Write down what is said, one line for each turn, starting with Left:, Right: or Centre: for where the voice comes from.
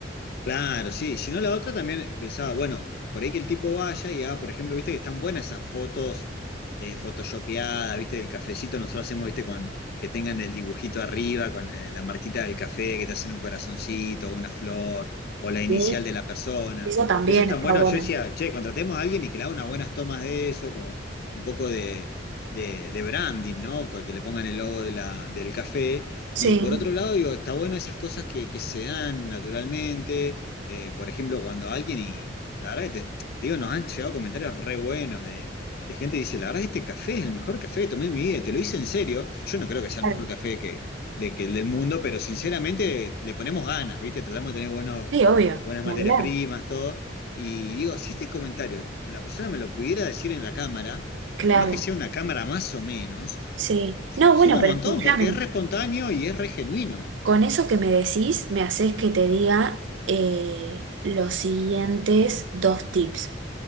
Left: Claro, sí. Si no, la otra también pensaba, bueno, por ahí que el tipo vaya y haga, por ejemplo, viste que están buenas esas fotos eh, photoshopeadas, viste, del cafecito. Nosotros hacemos, viste, con que tengan el dibujito arriba, con eh, la marquita del café, que te hacen un corazoncito, una flor, o la inicial
Right: Sí,
Left: de la persona.
Right: eso también
Left: Eso es tan
Right: está
Left: bueno.
Right: bueno.
Left: Yo decía, che, contratemos a alguien y que le haga unas buenas tomas de eso, como un poco de, de, de branding, ¿no? Que que le pongan el logo de la, del café
Right: Sí,
Left: y por otro lado, digo, está bueno esas cosas que, que se dan naturalmente. eh, por ejemplo, cuando alguien, y la verdad que te, te digo, nos han llegado comentarios re buenos de, de gente que dice, la verdad que este café es el mejor café que tomé en mi vida y te lo hice en serio. Yo no creo que sea
Right: claro.
Left: el mejor café que, de, que el del mundo, pero sinceramente le ponemos ganas, ¿viste? Tratamos de tener buenos,
Right: Sí, obvio,
Left: buenas
Right: ni
Left: materias
Right: hablar,
Left: primas, todo. Y digo, si este comentario la persona me lo pudiera decir en la cámara,
Right: claro,
Left: por más que sea una cámara más o menos,
Right: sí. No,
Left: Suma
Right: bueno, pero
Left: un montón
Right: escúchame,
Left: porque es re espontáneo y es re genuino.
Right: con eso que me decís, me haces que te diga eh, los siguientes dos tips.